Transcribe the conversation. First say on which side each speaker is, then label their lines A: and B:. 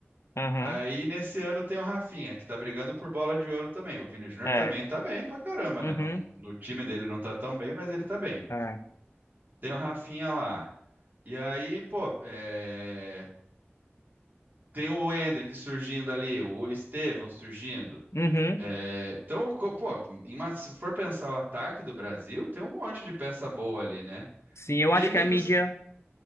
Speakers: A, on the left (about 90°); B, on the right (about 40°).
A: Aham,
B: Aí nesse ano tem o Rafinha, que tá brigando por bola de ouro também. O Vini Júnior
A: é.
B: também tá bem pra caramba, né?
A: Uhum,
B: Não, no time dele não tá tão bem, mas ele tá bem.
A: é.
B: Tem o Rafinha lá. E aí, pô, é, tem o Endrick surgindo ali, o Estevão surgindo.
A: Uhum.
B: É, Então, co- pô, em uma- se for pensar o ataque do Brasil, tem um monte de peça boa ali, né?
A: Sim, eu
B: E
A: acho
B: aí, o que
A: que a
B: que
A: mídia.
B: os.